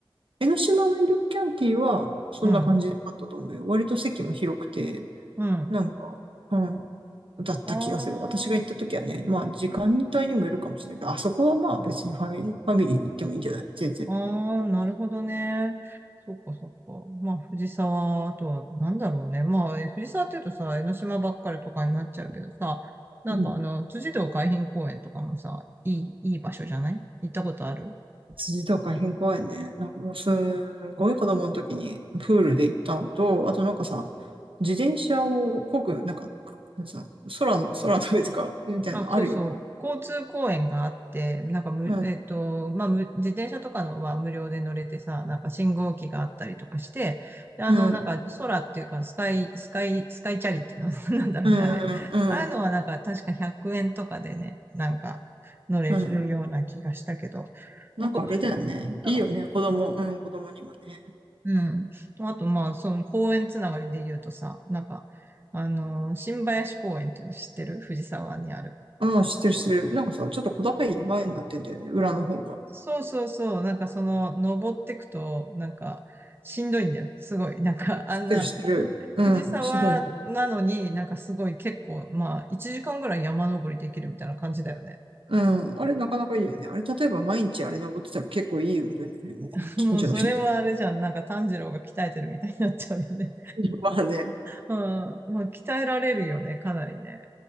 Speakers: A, on the right; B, on the right.
A: 江ノ島のイルキャンティは、そんな感じだったと思うよ。
B: うん。
A: 割と席も広くて、
B: うん。
A: なんか、うん、だった気がする。
B: ああ。
A: 私が行った時はね、まあ時間帯にもよるかもしれないけど、あそこはまあ別にファミ、ファミリー行ってもいいんじゃない全然。
B: ああ、なるほどね。そっかそっか。まあ、藤沢、あとは、なんだろうね。まあ、え藤沢っていうとさ、江ノ島ばっかりとかになっちゃうけどさ、なんかあの、
A: うん。
B: 辻堂海浜公園とかもさ、いい、いい場所じゃない行ったことある
A: 辻とか変公園ね。なんかもうすんごい子供の時にプールで行ったのと、あとなんかさ、自転車を漕ぐ、なんか、なんつうの、空の、空の上とか、みたいなのあるよね。
B: あ、そうそう。交通公園があって、なんかむ、
A: うん、
B: えっと、まあ、む自転車とかのは無料で乗れてさ、なんか信号機があったりとかして、であの、
A: うん、
B: なんか空っていうか、スカイ、スカイ、スカイチャリっていうの <laughs> なんだろうね、
A: うん、
B: あれ。
A: う
B: ああいうのはなんか確か100円とかでね、
A: ん、
B: なんか乗れるような気がしたけど、
A: うん。なんかあれだよね。
B: まあ、子供
A: いいよね。
B: だろ
A: 子供、うん、子供にもね。
B: う。うん。あと、まあ、その公園つながりで言うとさ、なんか、あの、新林公園っていうの知ってる藤沢にある。
A: うん、知ってる知ってる。なんかさ、ちょっと小高い山になってんだよね、裏の方が。
B: そうそうそう、なんかその、登ってくと、なんか、しんどいんだよ。すごい。なんか、
A: 知ってる知ってる。
B: あんな、
A: うん、
B: 藤沢なのに、
A: ひどい。
B: なんかすごい結構、まあ、1時間ぐらい山登りできるみたいな感じだよね。
A: うん、あれなかなかいいよね。あれ、例えば毎日あれ登ってたら結構いい運動になるよね。
B: <laughs>
A: 近所の人とか。
B: もうそれはあれじゃん。なんか炭治郎が鍛えてるみたいになっちゃうよね。
A: <laughs> まあね。
B: <laughs> うん。まあ、鍛えられるよね、かなりね。